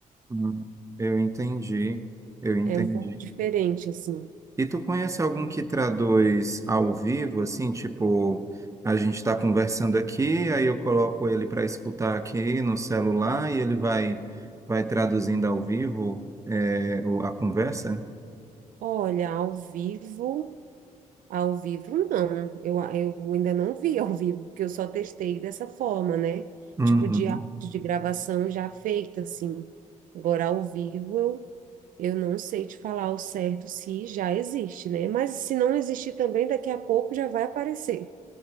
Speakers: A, on the right; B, on the right.
A: Uhum. Eu entendi, eu entendi.
B: É um pouco diferente, assim.
A: E tu conhece algum que traduz ao vivo, assim, tipo, a gente está conversando aqui, aí eu coloco ele para escutar aqui no celular e ele vai, vai traduzindo ao vivo, é, o- a conversa?
B: Olha, ao vivo, ao vivo não. Eu, eu ainda não vi ao vivo, porque eu só testei dessa forma, né?
A: Uhum.
B: Tipo de áudio de gravação já feita, assim. Agora, ao vivo, eu, eu não sei te falar ao certo se já existe, né? Mas se não existir também, daqui a pouco já vai aparecer.